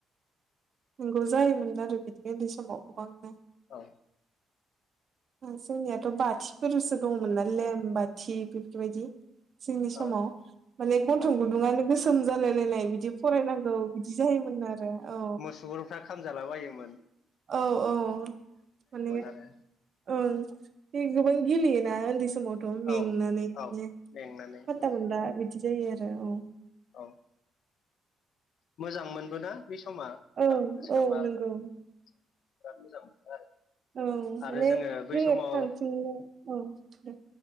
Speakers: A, on the right (about 50°); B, on the left (about 70°).
A: नंगौ जायोमोन आरो बिदिनो उन्दै समाव गोबांनो
B: <inaudible>
A: जोंनियाथ' बाथिफोरसो दंमोनना लेम बाथि बेफोरबायदि जोंनि समाव
B: औ
A: माने गन्थं
B: औ
A: गुदुङानो गोसोम जालाय लायनाय बिदि फरायनांगौ बिदि जायोमोन आरो औ
B: मोसुगुरफ्रा खामजाला बायोमोन
A: औ औ माने
B: आरो
A: औओं गोबां गेलेयोना उन्दै समावथ' मेंनानैनो
B: औ औ
A: फातताखौनो
B: मेंनानै औ
A: मोनला बिदि बिदि जायो आरो औ
B: औ मोजां मोनबोना बे समा
A: औ
B: दाबो गोसो
A: औ
B: खांबा
A: नंगौ
B: बिराद मोजां मोन आरो
A: औ
B: आरो
A: माने
B: बै
A: जोङो
B: समाव
A: थानफिननो औ औ